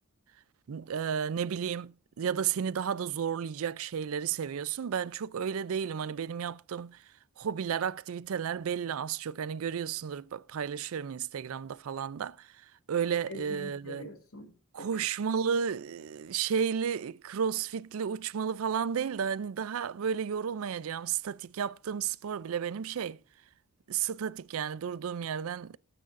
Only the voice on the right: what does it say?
e, ne bileyim ya da seni daha da zorlayacak şeyleri seviyorsun. Ben çok öyle değilim. Hani benim yaptığım hobiler, aktiviteler belli az çok. Hani görüyorsundur pa- paylaşıyorum Instagram'da falan da. Öyle
e,
koşmalı,
e, şeyli, crossfitli, uçmalı falan değil de hani daha böyle yorulmayacağım, statik yaptığım spor bile benim şey statik yani durduğum yerden